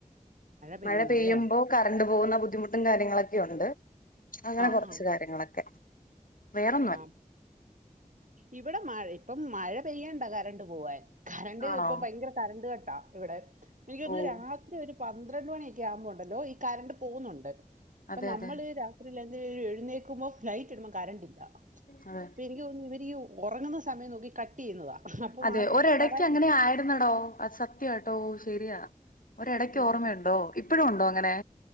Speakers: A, on the right; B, on the left.
A: പെയ്യുന്നു
B: മഴ പെയ്യുമ്പോ
A: അല്ലേ
B: കറണ്ട് പോകുന്ന ബുദ്ധിമുട്ടും കാര്യങ്ങളൊക്കെയൊണ്ട് അങ്ങനെ
A: ആ
B: കൊറച്ച്
A: ആ
B: കാര്യങ്ങളൊക്കെ വേറൊന്നുമല്ല
A: ആ ഇവിടെ മഴ ഇപ്പം മഴ പെയ്യണ്ട കറണ്ട് പോവാൻ കറണ്ട്
B: ആണോ
A: ഇപ്പം ഭയങ്കര കറണ്ട് കട്ടാ ഇവിടെ എനിക്കോന്ന്
B: ഓ
A: രാത്രി ഒരു പന്ത്രണ്ട് മണിയൊക്കെ യാവുമ്പോണ്ടല്ലോ ഈ കറണ്ട് പോകുന്നുണ്ട് അപ്പൊ
B: അതെ
A: നമ്മള്
B: അതെ
A: ര രാത്രിയിൽ അത് എഴുന്നേക്കുമ്പോ ലൈറ്റിടുമ്പോ കറണ്ടില്ല
B: അതേ
A: അപ്പ എനിക്ക് തോന്നുന്നു ഇവരീ ഒറങ്ങുന്ന സമയം നോക്കി കട്ട് ചെയ്യുന്നതാ അപ്പം
B: അതെ
A: ആർക്കും
B: ഒരിടയ്ക്ക്
A: പരാതി
B: അങ്ങനെ ആയിരുന്നടോ അത് സത്യ സത്യട്ടോ ശരിയാ ഒരടക്ക്
A: ഉം,
B: ഓർമ്മയുണ്ടോ ഇപ്പഴും ഉണ്ടോ അങ്ങനെ